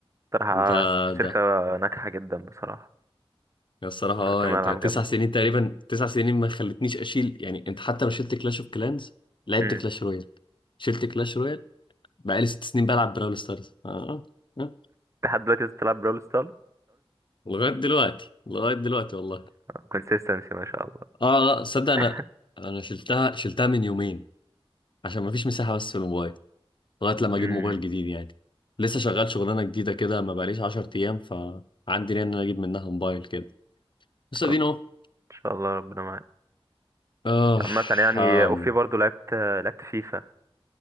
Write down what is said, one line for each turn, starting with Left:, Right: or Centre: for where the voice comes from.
Right: بصراحة
Left: انت
Right: الشركة
Left: ده
Right: ناجحة جدا بصراحة
Left: يا الصراحة اه
Right: بتعمل
Left: يعني انت
Right: ألعاب
Left: تسع
Right: جامدة
Left: سنين تقريبا تسع سنين ما خلتنيش اشيل يعني انت حتى لو شلت كلاش اوف كلانز لعبت
Right: أمم.
Left: كلاش رويال شلت كلاش رويال بقالي ست سنين بلعب براول ستارز اه اه آه.
Right: لحد دلوقتي لسه بتلعب براول ستار
Left: لغاية دلوقتي لغاية دلوقتي والله
Right: كونسيستنسي ما شاء الله
Left: اه لا صدق انا
Right: <laughs>
Left: انا شلتها شلتها من يومين عشان ما فيش مساحة بس في الموبايل لغاية لما اجيب
Right: امم
Left: موبايل جديد يعني لسه شغال شغلانة جديدة كده ما بقاليش 10 ايام فعندي نية ان انا اجيب منها موبايل كده بس
Right: طب
Left: ادينا اهو
Right: ان شاء الله ربنا معاك
Left: اه
Right: بس عامة يعني
Left: آم،
Right: اوفي برضو لعبت لعبت فيفا